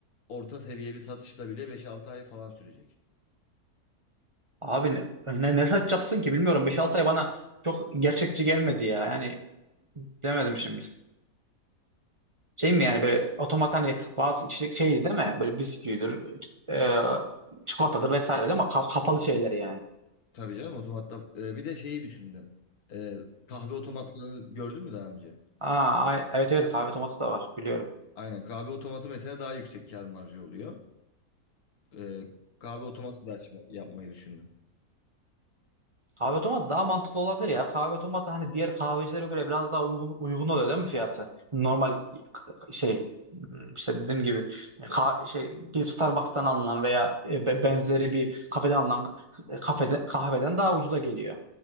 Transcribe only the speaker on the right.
Abi ne, ne, ne satacaksın ki bilmiyorum. beş altı ay bana çok gerçekçi gelmedi ya. Yani bilemedim şimdi. Şey mi yani böyle otomat hani bazı içecek şey değil mi? Böyle bisküvidir, e, çikolatadır vesaire değil mi? Ka- kapalı şeyler yani.
Aa, ay- evet evet kahve otomatı da var biliyorum.
Kahve otomat daha mantıklı olabilir ya. Kahve otomatı hani diğer kahvecilere göre biraz daha uygun, uygun oluyor değil mi fiyatı? Normal şey işte dediğim gibi ka- şey gidip Starbucks'tan alınan veya e, be- benzeri bir kafeden alınan kafeden, kahveden daha ucuza geliyor.